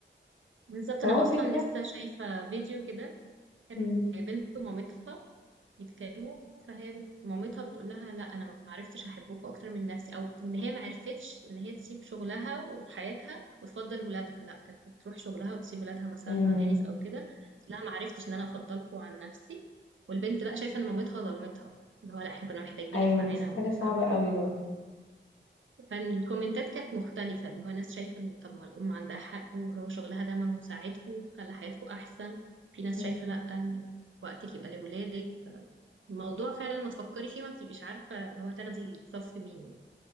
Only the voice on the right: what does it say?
بالظبط
انا
اصلا لسه شايفه فيديو كده كانت
بنت مامتها يتكلموا فهي بت- مامتها بتقول لها لا انا ما عرفتش احبكم اكتر من نفسي او ان هي ما عرفتش ان هي تسيب شغلها وحياتها وتفضل ولادها لا كانت بتروح شغلها وتسيب ولادها مثلا
مع نانيز او كده لا ما عرفتش ان انا افضلكم عن نفسي والبنت بقى شايفه ان مامتها ظلمتها اللي هو لا احنا كنا محتاجينك
معانا
و-
ف-
فالكومنتات كانت مختلفه اللي هو ناس شايفه ان طب ما الام عندها حق وهو شغلها ده ما هو ساعدكم وخلى حياتكم احسن في ناس
شايفه لا وقتك يبقى لولادك الموضوع فعلا لما تفكري فيه ما بتبقيش عارفة اللي هو تاخدي صف مين يعني.